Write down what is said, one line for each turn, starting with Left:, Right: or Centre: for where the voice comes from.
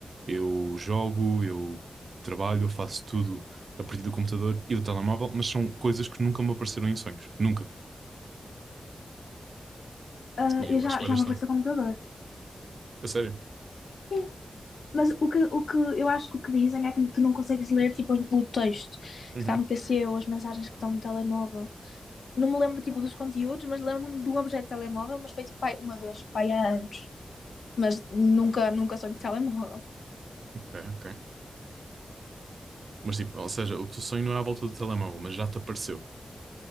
Right: eu jogo, eu trabalho, eu faço tudo a partir do computador e do telemóvel, mas são coisas que nunca me apareceram em sonhos. Nunca.
Left: Ah,
Right: E
Left: eu
Right: eu
Left: já,
Right: acho bué
Left: já
Right: de estranho.
Left: me apareceu o computador.
Right: A sério.
Left: Sim. Mas o que, o que eu acho que o que dizem é que tu não consegues ler tipo, o texto que
Right: Uhum.
Left: está no PC ou as mensagens que estão no telemóvel. Não me lembro tipo dos conteúdos, mas lembro-me do objeto de telemóvel, mas foi tipo pai, uma vez, pai há anos. Mas nunca, nunca sonho de telemóvel.
Right: Ok, ok. Mas tipo, ou seja, o teu sonho não é à volta do telemóvel, mas já te apareceu.